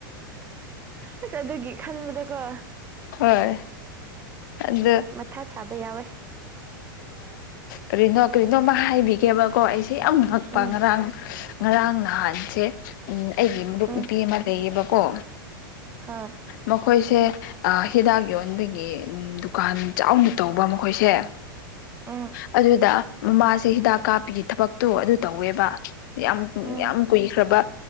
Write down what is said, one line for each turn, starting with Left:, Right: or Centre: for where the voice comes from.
Right: ꯑꯁ ꯑꯗꯨꯒꯤ ꯈꯟꯕꯗꯀꯣ
Left: ꯍꯣꯏ ꯑꯗ
Right: ꯃꯊꯥ ꯁꯥꯕ ꯌꯥꯎꯋꯦ
Left: ꯀꯔꯤꯅꯣ ꯀꯔꯤꯅꯣꯃ ꯍꯥꯏꯕꯤꯒꯦꯕꯀꯣ ꯑꯩꯁꯦ ꯌꯥꯝ ꯉꯛꯄ
Right: ꯎꯝ
Left: ꯉꯔꯥꯡ ꯉꯔꯥꯡ ꯔꯥꯡ ꯅꯍꯥꯟꯁꯦ ꯎꯝ ꯑꯩꯒꯤ ꯃꯔꯨꯞ
Right: ꯎꯝ
Left: ꯅꯨꯄꯤ ꯑꯃ ꯂꯩꯌꯦꯕ ꯀꯣ
Right: ꯍꯥ
Left: ꯃꯈꯣꯏꯁꯦ ꯍꯤꯗꯥꯛ ꯌꯣꯟꯕꯒꯤ ꯗꯨꯀꯥꯟ ꯆꯥꯎꯅ ꯇꯧꯕ ꯃꯈꯣꯏꯁꯦ
Right: ꯎꯝ
Left: ꯑꯗꯨꯗ ꯃꯃꯥꯁꯦ ꯍꯤꯗꯥꯛ ꯀꯥꯞꯄꯤꯒꯤ ꯊꯕꯛꯇꯣ ꯑꯗꯨ ꯇꯧꯋꯦꯕ ꯌꯥꯝ
Right: ꯎꯝ
Left: ꯌꯥꯝ ꯀꯨꯏꯈ꯭ꯔꯕ